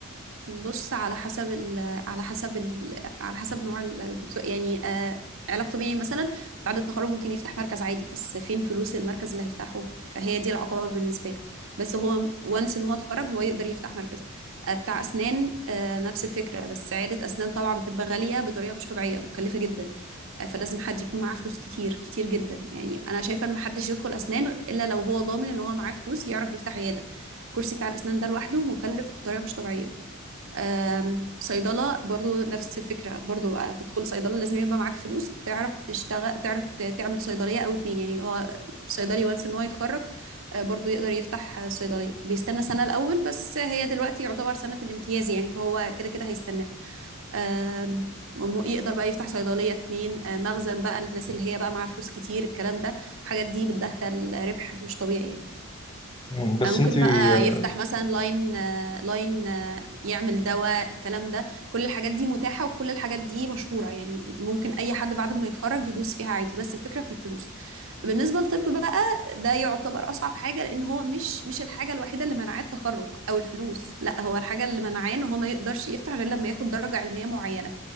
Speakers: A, on the right; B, on the left.
A: بص على حسب ال على حسب ال على حسب نوع الدكتور يعني آه علاج طبيعي مثلا بعد التخرج ممكن يفتح مركز عادي بس فين فلوس المركز اللي هيفتحه فهي دي العقبة بالنسبة له بس هو وانس ان هو اتخرج هو يقدر يفتح مركز آه بتاع اسنان آه نفس الفكرة بس عيادة اسنان طبعا بتبقى غالية بطريقة مش طبيعية مكلفة جدا آه فلازم حد يكون معاه فلوس كتير كتير جدا يعني انا شايفة ان محدش يدخل اسنان الا لو هو ضامن ان هو معاه فلوس يعرف يفتح عيادة الكرسي بتاع الاسنان ده لوحده مكلف بطريقة مش طبيعية آم، صيدلة برضو نفس الفكرة برضو تدخل صيدلة لازم يبقى معاك فلوس تعرف تشتغل تعرف ت- تعمل صيدلية أو اتنين يعني هو صيدلي وانس إن هو يتخرج آه، برضو يقدر يفتح آه، صيدلية بيستنى سنة الأول بس هي دلوقتي يعتبر سنة الامتياز يعني فهو كده كده هيستناها آم، وم- يقدر بقى يفتح صيدلية اتنين آه، مخزن بقى الناس اللي هي بقى معاها فلوس كتير الكلام ده الحاجات دي بتدخل ربح مش طبيعي يعني
B: مم، بس
A: آه، ممكن
B: انت
A: بقى
B: آه،
A: يفتح مثلا لاين آه، لاين آه، يعمل دواء الكلام ده كل الحاجات دي متاحة وكل الحاجات دي مشهورة يعني ممكن أي حد بعد ما يتخرج يدوس فيها عادي بس الفكرة في الفلوس بالنسبة للطب بقى ده يعتبر أصعب حاجة لأن هو مش مش الحاجة الوحيدة اللي منعاه التخرج أو الفلوس لا هو الحاجة اللي منعاه إن هو ما يقدرش يفتح غير لما ياخد درجة علمية معينة